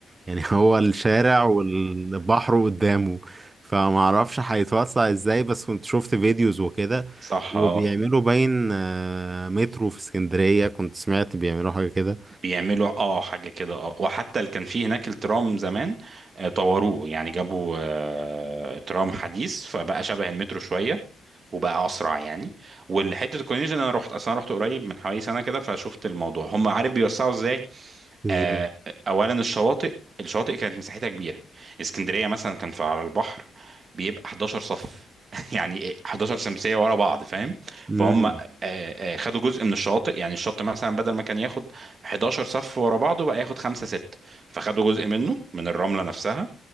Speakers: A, on the right; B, on the right.
A: يعني <laughs> هو الشارع والبحر قدامه فمعرفش هيتوسع ازاي بس كنت شفت فيديوز وكده
B: صح
A: وبيعملوا
B: اه
A: باين آه، مترو في اسكندرية كنت سمعت بيعملوا حاجة كده
B: بيعملوا اه حاجة كده اه وحتى اللي كان فيه هناك الترام زمان آه، طوروه يعني جابوا آه، ترام حديث فبقى شبه المترو شوية وبقى اسرع يعني والحته الكورنيش انا رحت اصلا رحت قريب من حوالي سنه كده فشفت الموضوع هم عارف بيوسعوا ازاي
A: ازاي
B: آه، اولا الشواطئ الشواطئ كانت مساحتها كبيره اسكندريه مثلا كان في على البحر بيبقى 11 صف <laughs> يعني 11 شمسيه ورا بعض فاهم
A: مم.
B: فهم آه، آه، خدوا جزء من الشواطئ يعني الشط مثلا بدل ما كان ياخد 11 صف ورا بعضه بقى ياخد 5 6 فخدوا جزء منه من الرمله نفسها